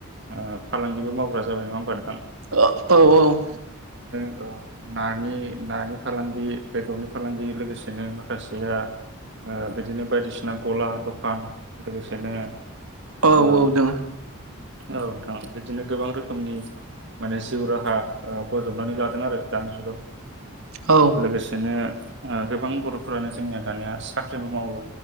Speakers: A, on the right (about 55°); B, on the right (about 85°).
A: आ फालांगिबो मावग्रा जाबाय नङा होमबा <unintelligible>
B: <unintelligible> औऔ
A: औ नानि नानि फालांगि ओ बेदरनि फालांगि लोगोसेनो माखासेया ओ बिदिनो बायदिसि- नां गला दखान <unintelligible> लोगोसेनो
B: औ
A: ओ
B: औ दोङो
A: औ नोंथां बिदिनो गोबां रोखोमनि माने जिउ राहा ओ बोजबनानै लादों आरो दानि जुगाव
B: औ
A: लोगोसेनो ओ गोबां बर'फोरानो जोंनिया दानिया साख्रिबो मावो।